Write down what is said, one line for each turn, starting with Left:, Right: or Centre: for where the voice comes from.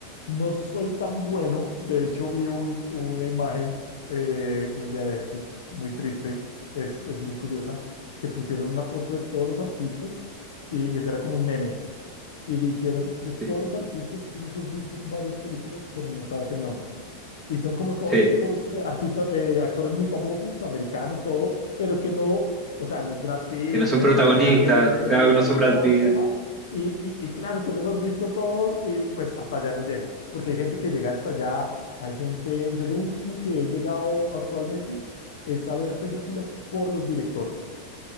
Left: No soy tan bueno. De hecho, vi un, una imagen eh, un día de estos, muy triste, es, es muy curiosa, que pusieron una foto de todos los artistas y eso era como un meme. Y dijeron, de todos
Centre: Sí.
Left: los artistas, tú los has visto en varias películas, pero no sabes el nombre. Y son como todos
Centre: Sí,
Left: estos eh, artistas, eh, actores muy famosos, americanos, todo, pero que no, o sea, no es Brad Pitt,
Centre: que no son
Left: no
Centre: protagonistas,
Left: es Angelina Jolie,
Centre: claro que no son Brad
Left: todo
Centre: Pitt.
Left: este tema. Y, y, y claro, tú los has visto todos y pues hasta allá no llego, porque hay gente que llega hasta allá, hay gente, yo lo último que he llegado actualmente es a ver películas por los directores,